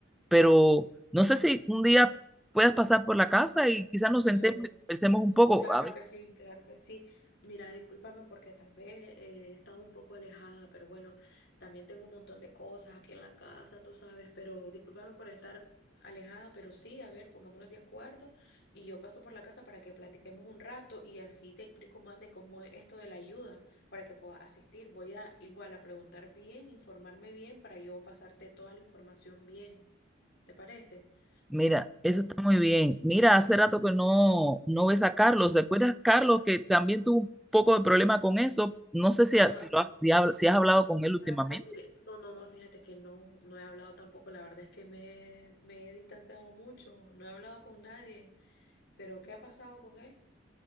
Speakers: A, in the centre; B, on the left (about 65°).
A: pero no sé si un día puedas pasar por la casa y quizás nos sentemos
B: claro.
A: y conversemos un poco.
B: Claro
A: A ver,
B: que sí, claro que sí. Mira, discúlpame porque tal vez eh, he estado un poco alejada, pero bueno, también tengo un montón de cosas aquí en la casa, tú sabes, pero discúlpame por estar alejada, pero sí, a ver, pongámonos de acuerdo y yo paso por la casa para que platiquemos un rato y así te explico más de cómo es esto de la ayuda para que puedas asistir. Voy a igual a preguntar bien, informarme bien para yo pasarte toda la información bien. ¿Te parece?
A: mira, eso
B: No.
A: está
B: s-
A: muy bien. Mira, hace rato que no, no ves a Carlos. ¿Te acuerdas, Carlos, que también tuvo un poco de problema con eso? No sé si,
B: Ajá.
A: ha- si lo has, si ha- si has hablado con él últimamente.
B: Ah, sí, sí. de- No, no, no, fíjate que no, no he hablado tampoco. La verdad es que me, me he distanciado mucho. No he hablado con nadie. Pero, ¿qué ha pasado con él?